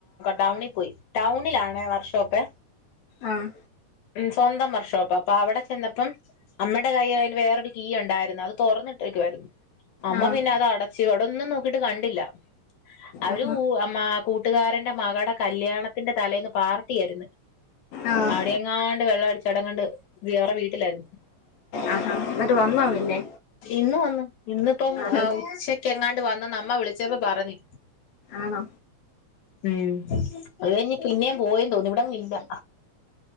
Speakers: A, on the left; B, on the left.
A: ടൗണിൽ പോയി ടൗണിലാണേ വർക്ക്ഷോപ്പ്
B: ആഹ്
A: ഉം സ്വന്തം വർഷോപ്പ് അപ്പ അവിടെ ചെന്ന <unintelligible> അപ്പം അമ്മടെ കയ്യിൽ അതിന് വേറൊരു കീ ഉണ്ടായിരുന്നു അത് തുറന്നിട്ടേക്കുവാരുന്നു അമ്മ
B: ആഹ്
A: പിന്നെ അത് അടച്ച് <unintelligible> <unintelligible> നോക്കിട്ടു കണ്ടില്ല അവരു..
B: ആഹാ
A: <unintelligible> ട്ടുകാരൻ <unintelligible> ന്റെ മകടെ കല്യാണത്തിന്റെ തലേന്ന് പാർട്ടി ആരുന്നു
B: ആഹ്
A: അവിടെ എങ്ങാണ്ട് വെള്ളം അടിച്ചവിടങ്ങണ്ട് <unintelligible> വീട്ടിലായിരുന്നു
B: ആഹാ എന്നിട്ട് വന്നോ പിന്നെ
A: ഇന്ന് വന്ന് ഇന്നിപ്പോ
B: ആണ
A: ഉച്ചക്ക് എങ്ങാണ്ട് വന്ന വിളിച്ചപ്പോ പറഞ്ഞു
B: ആണോ
A: ഉം അത് കഴിഞ്ഞ് പിന്നേം പോയന്ന് തോന്ന ഇവിടെങ്ങുല്ല